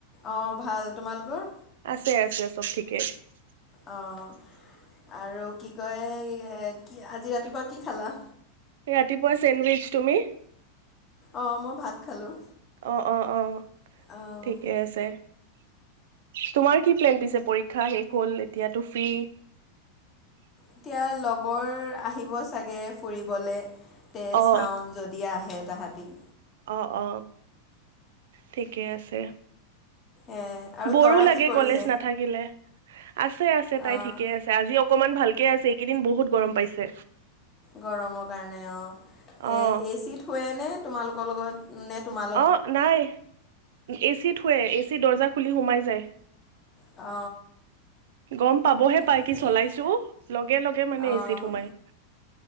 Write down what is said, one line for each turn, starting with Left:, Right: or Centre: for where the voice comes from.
Left: অঁ, ভাল। তোমালোকৰ?
Right: আছে, আছে, চব ঠিকেই।
Left: অঁ, আৰু কি কয়, কি আজি ৰাতিপুৱা কি খালা?
Right: ৰাতিপুৱা চেণ্ডউইচ। তুমি?
Left: অঁ, মই ভাত খালোঁ।
Right: অ, অ, অ,
Left: অ'।
Right: ঠিকে আছে। তোমাৰ কি প্লেন পিছে, পৰীক্ষা শেষ হ'ল এতিয়াতো ফ্ৰী!
Left: এতিয়া লগৰ আহিব চাগে, ফুৰিবলৈ। তে
Right: অ
Left: চাওঁ য দি আহে তাহতি।
Right: অ, অ, ঠিকেই আছে।
Left: এ আৰু
Right: বৰো
Left: তৰা
Right: লাগে,
Left: কি কৰিছে?
Right: কলেজ নাথা কিলে। আছে, আছে, তাই
Left: অ'
Right: ঠিকে আছে। আজি অকমান ভালকে আছে, এইকেইদিন বহুত গৰম পাইছে।
Left: গৰমৰ কাৰণে অঁ।
Right: অ'
Left: এই এ চিত শোৱে নে তোমালোকৰ লগত, নে তোমা
Right: অ, নাই এ চিত শুৱে, এ চি দৰ্জা খুলি সোমাই যায়।
Left: অ।
Right: গম পাবহে পাই
Left: ঠিকে
Right: কি চলাইছো!
Left: আছে।
Right: লগে-লগে মানে
Left: অ'
Right: এ চিত সোমাই। <inaudible>